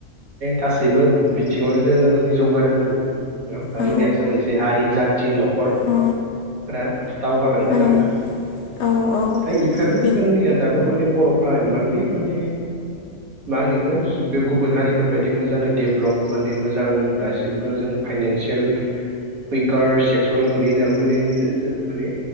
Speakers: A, on the right; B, on the left.
A: थासैबो बिथिङावनो जोङो माने जौगानांगोन नङा होमबा
B: औ
A: ओमानियासो मोनसे हारि जाथ थि न'खरफोरा
B: औ
A: दावगालांगोन
B: ओं
A: आरो ना
B: औ औ
A: थाइ बेफोरनो
B: बि
A: जोंनिया दाबो माने बर'फ्रा इमानलि माने मा होनो इखो जु बे गुबुन हारिफोरबायदि मोजाङै डेभलप माने मोजां दासिमबो जों फाइनेन्सियेल उइकार सेक्सनाव गोलैयो दाबो माने बो जो माने